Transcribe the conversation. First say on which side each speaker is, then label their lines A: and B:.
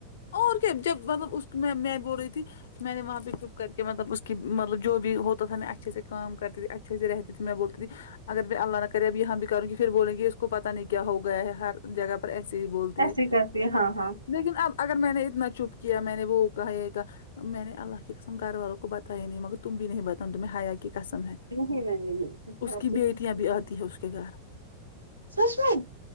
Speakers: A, on the left (about 60°); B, on the right (about 85°).
A: اور کیا جب مطلب اس میں میں بول رہی تھی میں نے وہاں پہ چپ کر کے مطلب اس کی مطلب جو بھی ہوتا تھا میں اچھے سے کام کرتی تھی اچھے سے رہتی تھی میں بولتی تھی اگر میں اللہ نہ کرے اب یہاں بھی کروں گی پھر بولیں گے اس کو پتا نہیں کیا ہو گیا ہے ہر جگہ پر ایسے ہی بولتی
B: ایسے
A: ہے
B: کرتی ہے ہاں ہاں
A: لیکن اب اگر میں نے اتنا چپ کیا میں نے وہ کہا یہ کہا میں نے اللہ کی قسم گھر والوں کو بتایا ہی نہیں مگر تم بھی نہیں بتاؤ تمہیں ہیا کی قسم ہے
B: نہیں نہیں میں نہیں
A: اس کی بیٹیاں بھی آتی ہے اس کے گھر
B: <unintelligible> سچ میں